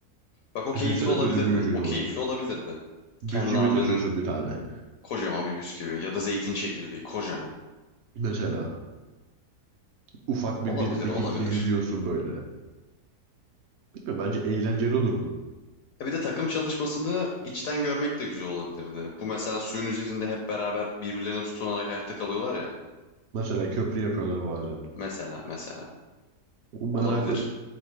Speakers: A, on the left; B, on the right.
A: Bak o keyifli
B: Düşünsene
A: olabilirdi.
B: böyle bir gücün
A: O keyifli
B: var.
A: olabilirdi.
B: Bisküvi
A: Kendi ağırlığının
B: taşıyorsun bir tane.
A: kocaman bir bisküvi ya da zeytin çekirdeği kocaman.
B: Mesela. ufak bir
A: Olabilir,
B: birikintili
A: olabilir.
B: yüzüyorsun böyle. Bilmiyorum bence eğlenceli olurdu.
A: Ya bir de takım çalışmasını içten görmek de güzel olabilirdi. Bu mesela suyun üzerinde hep beraber birbirlerine tutunarak hayatta kalıyorlar ya.
B: Mesela köprü yapıyorlar bazen.
A: Mesela, mesela.
B: O merak
A: Olabilir.